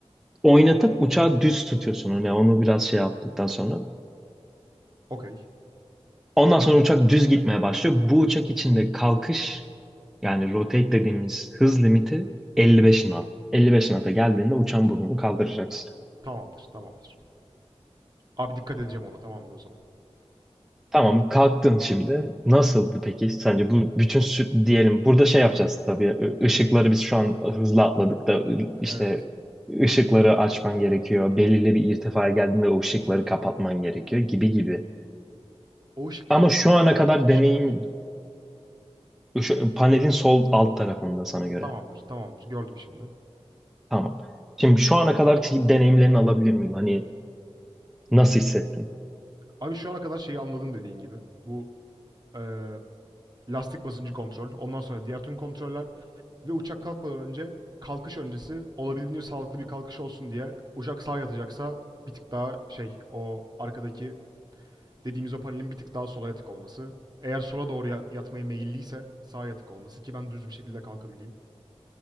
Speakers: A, in the centre; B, on the right.
A: oynatıp uçağı düz tutuyorsun. Hani onu biraz şey yaptıktan sonra.
B: Okey.
A: Ondan sonra uçak düz gitmeye başlıyor. Bu uçak içinde kalkış yani rotate dediğimiz hız limiti 55 knot. 55 knot'a geldiğinde uçan burnunu kaldıracaksın.
B: Tamamdır tamamdır. Abi dikkat edeceğim ona tamamdır o zaman.
A: Tamam kalktın şimdi. Nasıldı peki sence bu bütün sü- diyelim burada şey yapacağız tabii ı- ışıkları biz şu an hızlı atladık da ı- işte
B: Evet.
A: ışıkları açman gerekiyor. Belirli bir irtifaya geldiğinde o ışıkları kapatman gerekiyor gibi gibi.
B: O ışıklar
A: Ama
B: tam
A: şu
B: olarak
A: ana
B: neredeki
A: kadar
B: ışıklar?
A: deneyim şu, panelin sol alt tarafında sana göre.
B: Tamamdır tamamdır gördüm şimdi.
A: Tamam. Şimdi şu ana kadar ki deneyimlerini alabilir miyim? Hani nasıl hissettin?
B: Abi şu ana kadar şeyi anladım dediğin gibi. Bu eee, lastik basıncı kontrol, ondan sonra diğer tüm kontroller ve uçak kalkmadan önce kalkış öncesi olabildiğince sağlıklı bir kalkış olsun diye uçak sağa yatacaksa bir tık daha şey o arkadaki dediğimiz o panelin bir tık daha sola yatık olması. Eğer sola doğru yatmayı yatmaya meyilliyse sağa yatık olması ki ben düz bir şekilde kalkabileyim.